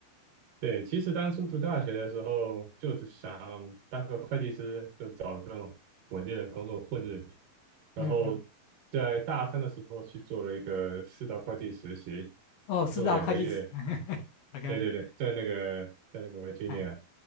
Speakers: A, on the right; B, on the left.
A: 对，其实当初读大学的时候，就是想当个会计师，就找这种稳定的工作混日子，然后在大三的时候去做了一个四大会计实习，
B: 嗯嗯，哦，是啊，
A: 做了两个月，
B: 会计师 <laughs>，OK，
A: 对对对，在那个在那个维吉尼亚，
B: 哎，